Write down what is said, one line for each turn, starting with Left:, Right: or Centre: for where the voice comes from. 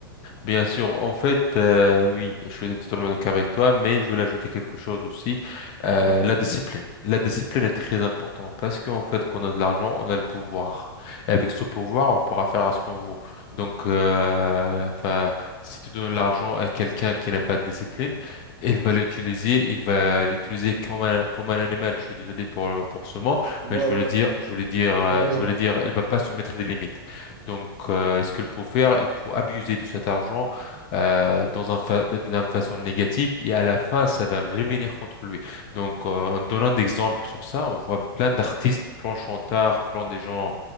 Left: Bien sûr, en fait, euh, oui, je suis totalement d'accord avec toi, mais je voulais ajouter quelque chose aussi, euh,
Right: Ouais.
Left: la discipline. La discipline est très importante parce qu'en fait, quand on a de l'argent, on a le pouvoir. Et avec ce pouvoir, on pourra faire ce qu'on veut. Donc, euh, enfin, si tu donnes l'argent à quelqu'un qui n'a pas de discipline, il va l'utiliser, il va l'utiliser comme un, comme un animal. Je suis désolé pour, pour ce mot,
Right: Ouais,
Left: mais je voulais
Right: ouais.
Left: dire, je voulais dire, euh,
Right: T'as raison.
Left: je voulais dire, il va pas se mettre des limites. Donc, euh, est-ce qu'elle peut faire? Elle peut abuser de cet argent euh, dans un fa- de- d'une façon négative et à la fin, ça va revenir contre lui. Donc, euh, en donnant d'exemples sur ça, on voit plein d'artistes, plein de chanteurs, plein des gens,